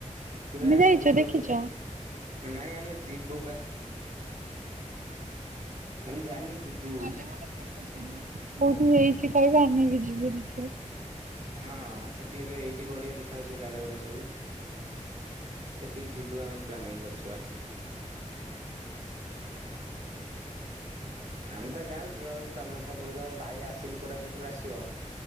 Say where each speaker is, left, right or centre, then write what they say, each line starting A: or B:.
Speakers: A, on the right; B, on the right.
A: ପୁରା
B: ତମେ ଯାଇଛ
A: ଅଲ୍ଗଲ
B: ଦେଖିଛ
A: ପୁରା। ହୁଁ ନାଇଁ ଆମେ ଯିବୁ ପା। ହେମ୍ ଯାଇନୁ ଯିବୁ
B: ଗଲେ ମତେ ଫଟ ଛାଡ଼ିବ। ବହୁକୁ ଏଇଠି ପଳେଇବ ଆମେ ବି ଯିବୁ ଦେଖିବାକୁ।
A: ହଁ ସେଠି ଏବେ ହେଇଛି ବଢ଼ିଆ ଦେଖାଯାଉଛି ସେ ଜାଗାଗୁଡ଼ା ସବୁ। ସେଟିକି ଯିବୁ ଆମେ ପ୍ଲାନିଂ କରିଛୁ ବା। ଆମେ ତ ଯାଉଛୁ ଆଉ ତମେ ତ କହୁଛ ଭାଇ ଆସିନି କୋରାପୁଟୁରୁ ଆସିବ।